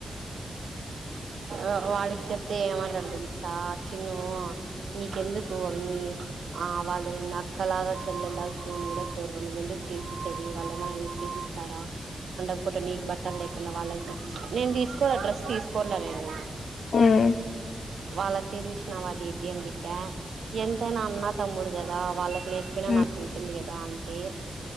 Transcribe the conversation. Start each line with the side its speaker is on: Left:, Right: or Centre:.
Right: ఆహ్ వాళ్ళకి చెప్తే ఏమంటాడు తెలుసా చిన్ను నీకెందుకు అవిన్ని ఆహ్ వాళ్ళు నిన్ను అక్కలాగా చెల్లెలాగా చూడను కూడా చూడరు నువ్వు ఎందుకు చేసి ఇచ్చేది. వాళ్ళు ఏమైనా నీకు తీసి ఇస్తారా. ఉండకపోతే నీకు బట్ట్ బట్టలు లేకున్నా వాళ్ళకి తీసిస్తా. నేను తీకోను ఆ డ్రెస్ తీసుకొను రా నేను. ఆహ్.
Left: ఉమ్, ఉమ్,
Right: వాళ్ళకే తీష్నవ ఇదేం ఇట్టా ఎంతైనా అన్న తమ్ముడు కదా వాళ్ళక్ లేకపోయినా
Left: ఉమ్,
Right: నాకు ఉంటుంది కదా. దా అంటే